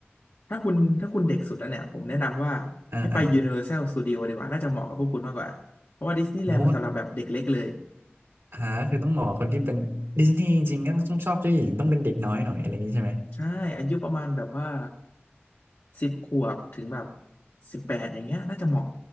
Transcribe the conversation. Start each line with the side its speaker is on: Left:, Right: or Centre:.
Left: ถ้าคุณถ้าคุณเด็กสุดแล้วเนี่ยผมแนะนำว่าให้ไป
Right: อ่าอ่า
Left: Universal Studio ดีกว่าน่าจะเหมาะกับพวกคุณมากกว่าเพราะว่าดิสนีย์แลนด์มันสำหรับแบบเด็กเล็กเลย
Right: เพราะว่าหาคือต้องเหมาะคนที่เป็นดิสนีย์จริงๆก็ต้องชอบเจ้าหญิงต้องเป็นเด็กน้อยหน่อยอะไรอย่างนี้ใช่ไหม
Left: ใช่อายุประมาณแบบว่าสิบขวบถึงแบบสิบแปดอย่างเงี้ยน่าจะเหมาะ